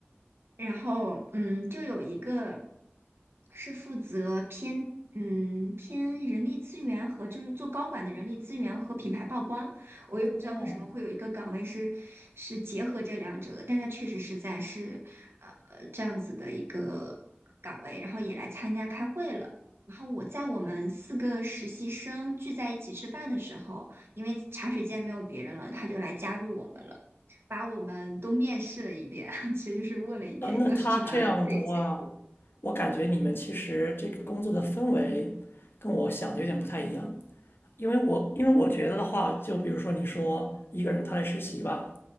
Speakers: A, on the right; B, on the left.
A: 然后嗯，就有一个是负责偏嗯偏人力资源和就是做高管的人力资源和品牌曝光，我也不知道为什么会有一个岗位是是结合这两者的，
B: 哦
A: 但它确实是在是呃呃这样子的一个岗位，然后也来参加开会了。然后我在我们四个实习生聚在一起吃饭的时候，因为茶水间没有别人了，他就来加入我们了。把我们都面试了一遍，<laughs> 其实就是问了一遍都是什么背景。
B: 啊，那他这样的话，我感觉你们其实这个工作的氛围跟我想的有点不太一样，因为我因为我觉得的话，就比如说你说一个人他来实习吧，